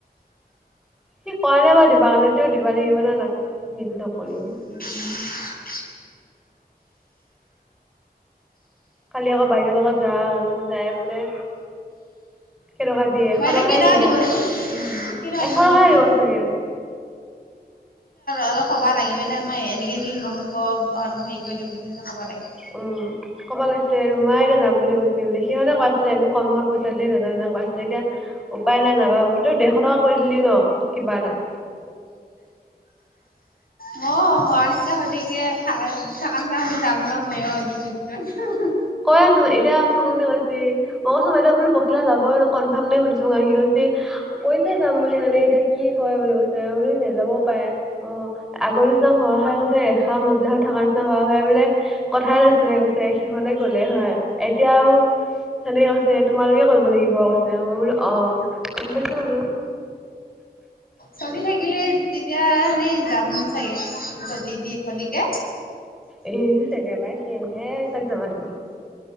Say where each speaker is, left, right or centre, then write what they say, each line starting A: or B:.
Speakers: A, in the centre; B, on the left (about 60°).
A: কি কৰা নাই বাৰু দিবা কাৰণে তেও দিবা লাগিব ন তাক নকলেও
B: উম উম উম
A: খালি আকৌ বাহিৰৰ লগত যা যাই বোলে কেইটকা দিয়ে এশ
B: মই এইটো
A: টকাহে
B: কেইটকা
A: দিব
B: দিবনো উম কেইটকা
A: এশ
B: দিবনো
A: টকাহে
B: সি
A: দিব চাগে
B: অলপ কবা লাগে বাইদে আমাৰ এনেকে য নহ'ব আৰুলপ হেৰি কৰি দিয়ক বুলিহলে কব লাগে
A: অঁ ক'ব লাগিছিলে ৰুমাই এতে যাম বুলি কৈছে বোলে সিহনে কৈছিলে আমি কমত পইচা দিলে নাজানাজান ক আছিলে এতিয়া উপায় নাই যাবা প তই দেেৰশ টকা কৰি দিলি ন কিবা এটা
B: মই হোৱা নিচিনা হধকে থ থকা নিচিনা হ যাম ৰ ময়ো এদিন দুদিনত
A: কৈ আছিল এতিয়া ফোন মনে কৈছে মই কৈছো বাইদেউ আপোনী পখিলা যাব কনফাৰ্ম নাই শুনিছো ম আহি গৈছে কৈ থ যাম বুলি মানে এতিয়া কি ক বুলি কৈছেল নাযাবও পাৰে অ আগৰ নিচিনা হোৱা হাই কৈছে ৰেখা মজলা হ থকাৰ নিচিনা হোৱা খাই বোলে কথাই নাছিলে কৈছে সিহঁতে গ'লেই হয় এতিয়াও সেনেকে কৈছে তোমালোকে কৰিব লাগিব কৈছে মই বোলো অ কম বেছি বোলো
B: চলি থাকিলে তেতিয়া হ যাম চাগে জলি দি হলিকে
A: এ চেগেবাৰ সি আনিহে তাক জমা দিব